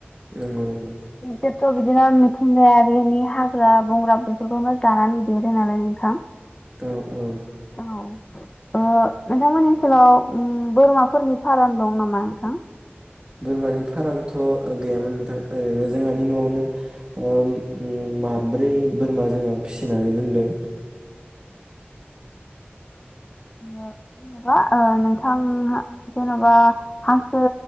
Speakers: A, on the right; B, on the left.
A: नंगौ नंगौ।
B: बिसोरथ' बिदिनो मिथिंगायारिनि हाग्रा बंग्रा बेफोरखौनो जानानै देरो नालाय नोंथां।
A: औ औ
B: औ ओ नोंथांमोननि ओनसोलाव ओम बोरमाफोरनि फाराम दं नामा नोंथां?
A: बोरमानि फारामथ' गैयामोन नोंथां ओरैनो जोंहानि न'आवनो ओम ओ मा ब्रै बोरमा जोंहा फिसिनानै दोनदों।
B: ओ जेनेबा ओ नोंथां जेन'बा हांसो